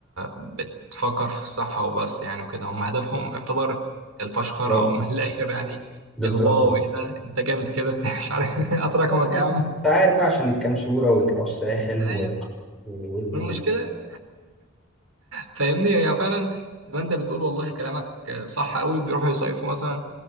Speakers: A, on the right (about 80°); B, in the centre.
A: بتفكر في الصحة وبس يعني وكده هم هدفهم يعتبر الفشخرة
B: <clears throat> لو
A: أو من الآخر يعني
B: بالظبط
A: الواو إيه ده أنت جامد كده <laughs> مش عارف هات رقمك
B: أنت
A: يا عم
B: عارف بقى عشان الكام صورة ويطلعوا الساحل
A: أيوه
B: و... و... و...
A: والمشكلة فاهمني هي فعلا زي ما أنت بتقول والله كلامك صح قوي بيروحوا يصيفوا مثلا